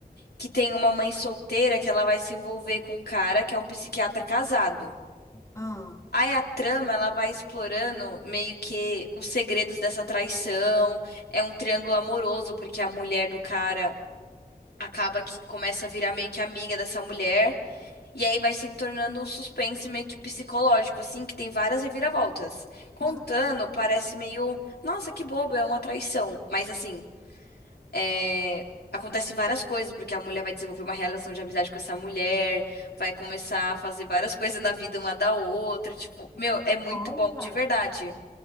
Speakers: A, on the left; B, on the left.
A: que tem uma mãe solteira que ela vai se envolver com um cara que é um psiquiatra casado.
B: Ah,
A: Aí a trama, ela vai explorando meio que os segredos dessa traição, é um triângulo amoroso, porque a mulher do cara acaba que começa a virar meio que amiga dessa mulher, e aí vai se tornando um suspense meio que psicológico, assim, que tem várias reviravoltas. Contando,
B: ah,
A: parece meio, nossa, que bobo, é uma traição. Mas assim, é... acontece várias coisas, porque a mulher vai desenvolver uma relação de amizade com essa mulher, vai começar a fazer várias <laughs> coisas na vida uma da outra, tipo, meu, é muito
B: olha.
A: bom, de verdade,